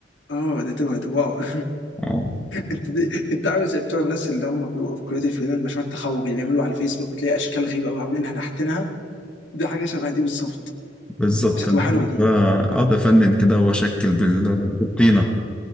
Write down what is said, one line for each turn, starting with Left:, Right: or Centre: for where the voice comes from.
Left: اه ده توه ده واو <laughs>
Centre: اه
Left: انت دي... انت عامل زي بتوع الناس اللي هم بيبقوا في كليه الفنون مشروع التخرج اللي بيعملوا على الفيسبوك بتلاقي اشكال غريبه قوي عاملينها نحتينها دي حاجه شبه دي بالظبط
Centre: بالظبط
Left: بس هتبقى
Centre: انا
Left: حلوه
Centre: بحب
Left: دي
Centre: اقعد افنن كده واشكل بال- بالطينه